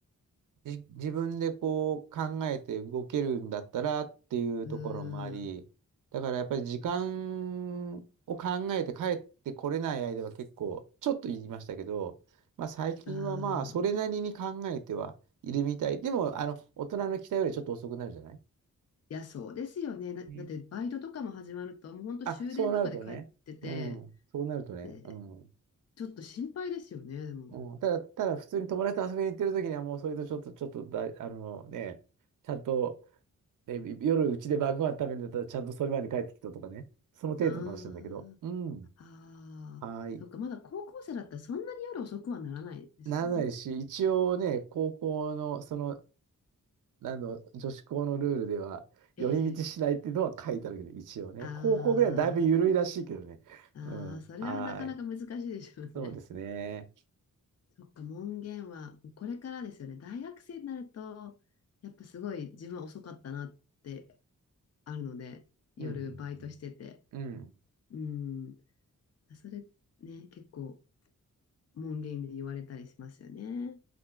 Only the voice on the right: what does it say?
じ、自分でこう考えて動けるんだったらっていうところもあり、
だからやっぱり時間を考えて帰ってこれない間は結構、ちょっと言いましたけど、まあ最近はまあそれなりに考えてはいるみたい。
でも、あの、大人の期待よりちょっと遅くなるじゃない
ね
あ、そうなるとね。うん。そうなるとね。
うん。
うん、ただ、ただ普通に友達と遊びに行ってる時にはもうそれとちょっと、ちょっとだい、あのね、ちゃんと、ね、夜うちで晩ご飯食べるんだったらちゃんとそれまで帰ってきたとかね。その程度の話なんだけど。
うん。
はい。
ならないし、一応ね、高校の、その、あの、女子校のルールでは、
寄り道しないっていうのは書いてあるけど、一応ね。
高校ぐらいはだいぶ緩いらしいけどね。
うん。
はい。そうですね。
うん。うんうんうん。うん